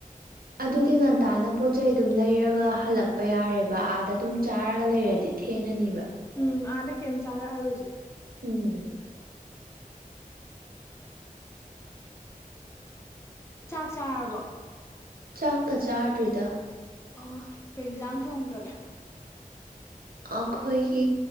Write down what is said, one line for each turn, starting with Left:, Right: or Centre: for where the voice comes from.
Right: ꯑꯗꯨꯗꯤ ꯉꯟꯇꯥꯅ ꯄꯣꯠ ꯆꯩꯩ ꯑꯗꯨꯝ ꯂꯩꯔꯒ ꯍꯜꯂꯛꯄ ꯌꯥꯔꯦꯕ ꯑꯥꯗ ꯑꯗꯨꯝ ꯆꯥꯔꯒ ꯂꯩꯔꯗꯤ ꯊꯦꯡꯉꯅꯦꯕ
Left: ꯎꯝ ꯑꯥꯗ ꯀꯩꯝ ꯆꯥꯔꯛꯑꯔꯣꯏꯁꯦ
Right: ꯎꯝ
Left: ꯆꯥꯛ ꯆꯥꯔꯕꯣ
Right: ꯆꯥꯛꯀ ꯆꯥꯗ꯭ꯔꯤꯗ
Left: ꯑꯣ ꯀꯩ ꯌꯦꯟꯖꯥꯡ ꯊꯣꯡꯈ꯭ꯔꯒꯦ
Right: ꯑꯩꯈꯣꯏꯒꯤ